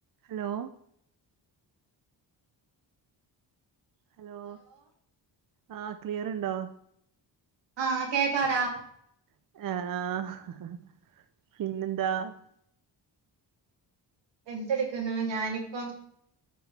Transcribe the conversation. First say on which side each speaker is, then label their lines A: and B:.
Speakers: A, on the right; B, on the right.
A: hello hello ആ ക്ലിയർണ്ടോ
B: ആഹ് കേക്കാടാ
A: ആഹ് അഹ്‌ പിന്നെന്താ
B: എന്തെടുക്കുന്നു ഞാനിപ്പം